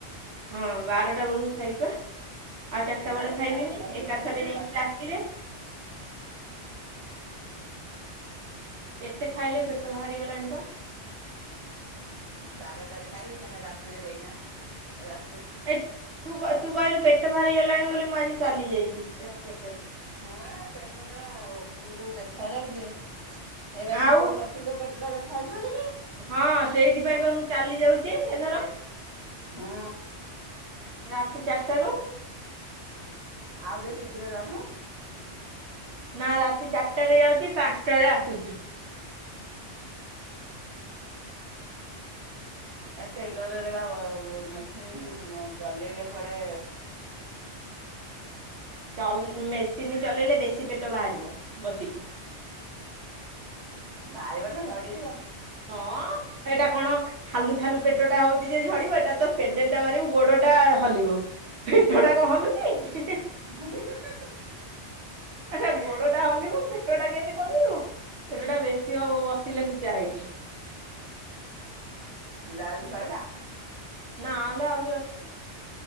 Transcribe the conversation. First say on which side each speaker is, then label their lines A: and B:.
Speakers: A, on the right; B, on the right.
A: ହଁ ବାରଟା ବେଳକୁ ଖାଇବା। ଆଉ ଚାରିଟା
B: ସେଇବା
A: ବେଳେ ଖାଇବିନି
B: ବାରଟା ହେଲେ
A: ଏକା
B: ଖାଇବ
A: ଥରେ
B: ନା
A: ଯାଇକି
B: ବା
A: ରାତିରେ? <unintelligible> ଏତେ ଖାଇଲେ ପେଟ ବାହାରି ଗଲାଣି ପା।
B: ବାରଟାରେ ଖାଇବି ଫେଣେ ରାତିରେ ଯାଇକିନା ରା
A: ଏ ତୁ ତୁ କହିଲୁ ପେଟ ବାହାରି ଗଲାଣି ବୋଲି ମୁଁ ଆଜି ଚାଲି ଯାଇଛି ରାତି ଚାରିଟାରୁ।
B: ହଁ ପେଟ ଟା ଉପରକୁ ଦେଖା ଯାଉଛି। ସେଇବାରେ
A: ଆଉ
B: ମୁଁ କହୁନଥିଲି ତୋ ପେଟ ଟା ଦେଖା ଯାଉଛି ବୋଲି କି।
A: ହଁ ସେଇଥିପାଇଁ ବା ମୁଁ ଚାଲି ଯାଉଛି ଏଥର
B: ହୁଁ।
A: ରାତି ଚାରିଟାରୁ
B: ଆଉ ଟିକେ ଶୀଘ୍ର ଜାଉନୁ?
A: ନା ରାତି ଚାରିଟାରେ ଯାଉଛି ପାଞ୍ଚଟାରେ ଆସୁଛି।
B: ଟେଲରରେ ବା ମେସିନ୍ ଚଲେଇଲେ କୁଆଡେ
A: <unintelligible> ଚଲେ ମେସିନ୍ ଚଲେଇଲେ ବେଶୀ ପେଟ ବାହାରିବ ବସିକି।
B: ବାହାରିବ ନା ଝଡିଯିବ।
A: ହଁ ଏଇଟା କଣ ଥାଲୁ ଥାଲୁ ପେଟ ଟା ହଉଛି ଯେ ଝଡିବ ଏଇଟା ତ ପେଡେଲ ଟା ମାରିବୁ ଗୋଡ ଟା ହଲିବ ପେଟ ଟା କଣ ହଲୁଛି।
B: ହିଁ ହି
A: ଆଛା ଗୋଡ ଟା ହଲିବ ପେଟ ଟା କେମିତି କମିବ। ପେଟଟା ବେଶୀ ହବ ବସିଲେ କୁଚା ହେଇକି।
B: ବ୍ଲାଉଜୁ ଶୋଇଲା?
A: ନାଁ ଲୋ ଆଉରି ଅଛି।